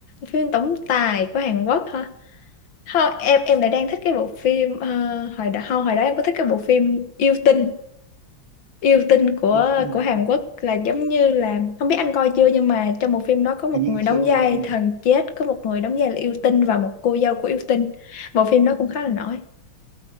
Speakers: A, on the left; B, on the right.
A: phim tổng tài của Hàn Quốc hả không em em lại đang thích cái bộ phim ờ, hồi đó không hồi đó em có thích cái bộ phim yêu tinh yêu tinh của
B: yêu tinh
A: của Hàn
B: à,
A: Quốc là giống như là không biết anh coi chưa nhưng mà trong một phim đó có một
B: hình như
A: người đóng
B: chưa có
A: vai
B: coi phim đấy
A: thần chết có một người đóng vai là yêu tinh và một cô dâu của yêu tinh bộ phim đó cũng khá là nổi